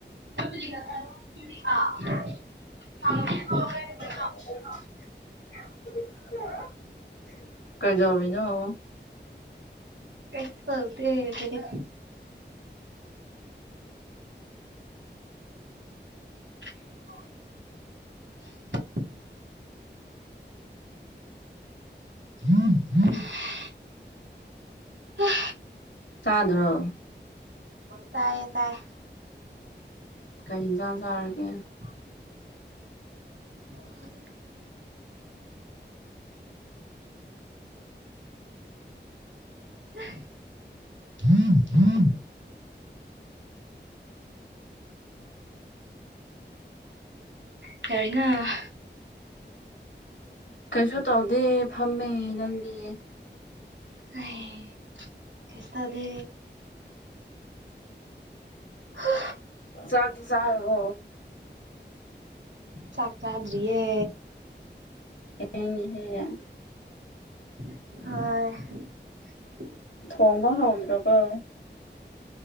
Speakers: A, on the right (about 85°); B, on the left (about 80°).
A: <inaudible>
B: <inaudible> ꯀꯩꯗꯧꯔꯤꯅꫭ
A: ꯀꯩꯁꯨ ꯇꯧꯗꯦ ꯑꯩꯈꫭꯏꯗꯤ <inaudible> <inaudible> ꯍ
B: ꯆꯥꯗ꯭ꯔꯣ
A: ꯇꯥꯏꯌꯦ ꯇꯥꯏ
B: ꯀꯔꯤ ꯏꯪꯖꯥꯡ ꯆꯥꯔꯒꯦ
A: <unintelligible> ꯆꯥꯗ꯭ꯔꯤꯗ <unintelligible> ꯀꯩꯗꯧꯔꯤꯅꫭ
B: ꯀꯩꯁꯨ ꯇꯧꯗꯦ ꯐꯝꯃꯦ ꯅꯪꯗꯤ
A: ꯑꯩ ꯀꯩꯁꯨ ꯇꯧꯗꯦ ꯍ
B: ꯆꯥꯛꯇꯤ ꯆꯥꯔꯕꯣ
A: ꯆꯥꯛ ꯆꯥꯗ꯭ꯔꯤꯌꯦ
B: ꯌꯦꯡꯉꯤꯁꯦꯅ
A: ꯍꫭꯏ
B: ꯊꯣꯡꯕ ꯍꯥꯎꯗ꯭ꯔꯕꯣ